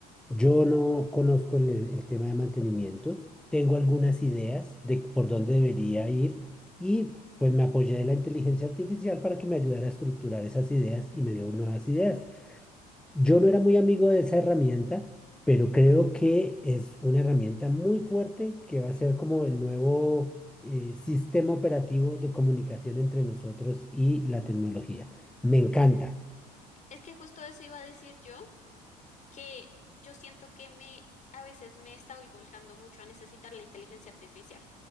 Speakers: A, in the centre; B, on the left.
A: Yo no conozco el, el tema de mantenimientos, tengo algunas ideas de por dónde debería ir y pues me apoyé de la inteligencia artificial para que me ayudara a estructurar esas ideas y me dio nuevas ideas. Yo no era muy amigo de esa herramienta, pero creo que es una herramienta muy fuerte que va a ser como el nuevo eh, sistema operativo de comunicación entre nosotros y la tecnología. Me encanta.
B: Es que justo eso iba a decir yo, que yo siento que me a veces me estoy volcando mucho a necesitar la inteligencia artificial.